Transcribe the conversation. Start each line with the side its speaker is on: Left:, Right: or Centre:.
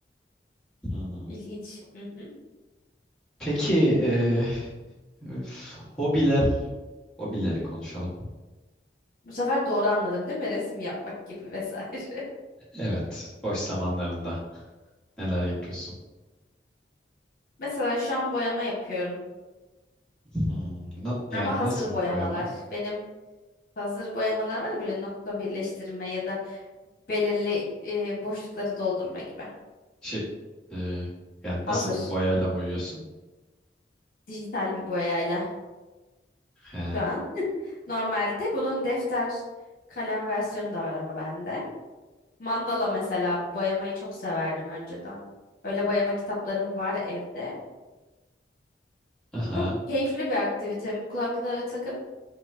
Centre: Hmm.
Left: İlginç. Hı hı.
Centre: Peki e, üf, hobiler, hobileri konuşalım.
Left: Bu sefer doğru anladım değil mi? Resim yapmak gibi vesaire.
Centre: Evet, boş zamanlarında neler yapıyorsun?
Left: <laughs> Mesela şu an boyama yapıyorum.
Centre: Hmm, na- yani
Left: Ama hazır
Centre: nasıl bir
Left: boyamalar.
Centre: boyama?
Left: Benim hazır boyamalar var ya böyle nokta birleştirme ya da belirli e, boşlukları doldurma gibi.
Centre: Şey, e, yani nasıl
Left: Hazır.
Centre: bir boyayla boyuyorsun?
Left: Dijital bir boyayla.
Centre: He.
Left: şu an. <laughs> Normalde bunun defter kalem versiyonu da var ama bende. Mandala mesela boyamayı çok severdim önceden. Öyle boyama kitaplarım var evde.
Centre: Aha.
Left: Çok keyifli bir aktivitem. Kulaklığı takıp